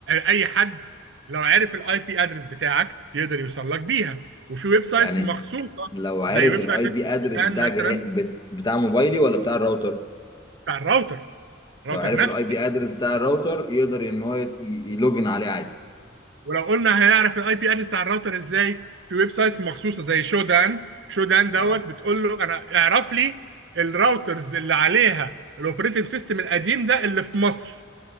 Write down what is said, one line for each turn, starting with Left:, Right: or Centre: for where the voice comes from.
Right: اي حد لو عرف الاي بي ادرس بتاعك يقدر يوصل لك بيها وفي ويب سايتس
Left: يعني
Right: مخصوصه
Left: لو عارف
Right: زي ويب
Left: الاي
Right: سايت
Left: بي ادرس
Right: كان
Left: بتاع
Right: مثلا
Left: جه... بت- بتاع موبايلي ولا بتاع الراوتر
Right: بتاع الراوتر الراوتر
Left: لو عارف
Right: نفسه
Left: الاي بي ادرس بتاع الراوتر يقدر ان هو ي- يلوجن عليه عادي
Right: ولو قلنا هنعرف الاي بي ادرس بتاع الراوتر ازاي في ويب سايتس مخصوصه زي شودان شودان دوت
Left: اه
Right: بتقول له انا اعرف لي الراوترز اللي عليها الاوبريتنج سيستم القديم ده اللي في مصر